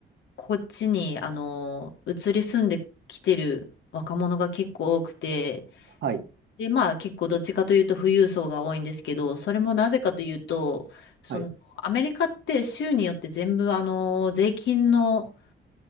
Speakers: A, on the left (about 70°); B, on the right (about 65°).
A: こっちに、あの、移り住んできてる若者が結構多くて、
B: はい、
A: で、まあ結構どっちかというと富裕層が多いんですけど、それもなぜかというと、その、
B: はい、
A: アメリカって州によって全部あの、税金の、